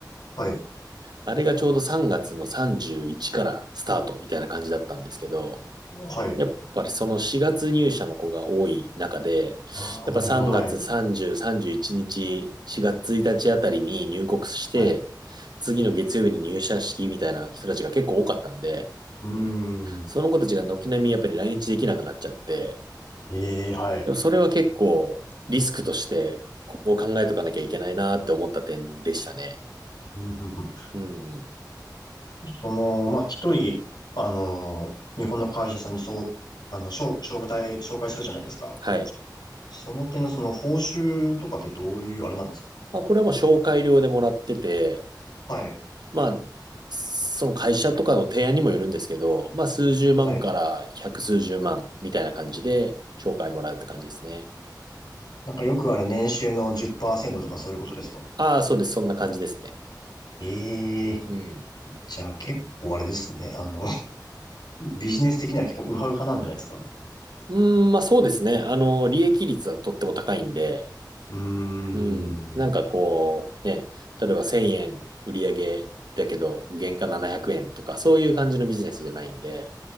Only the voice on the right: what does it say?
あれがちょうど3月の31からスタートみたいな感じだったんですけど、
やっぱりその4月入社の子が多い中で、
やっぱ3月30、
31日、4月1日あたりに入国して、
次の月曜日に入社式みたいな人たちが結構多かったんで、
その子たちが軒並みやっぱり来日できなくなっちゃって、
でもそれは結構リスクとしてここを考えとかなきゃいけないなって思った点でしたね。
うん。
はい。
あ、これはもう紹介料でもらってて、
まあ、その会社とかの提案にもよるんですけど、まあ、数十万から百数十万みたいな感じで紹介もらうって感じですね。
ああ、そうです。そんな感じですね。
うん。
うん、まあそうですね。あの、利益率はとっても高いんで、
うん。なんかこう、
ね、例えば1000円売り上げだけど、原価700円とか、そういう感じのビジネスじゃないんで、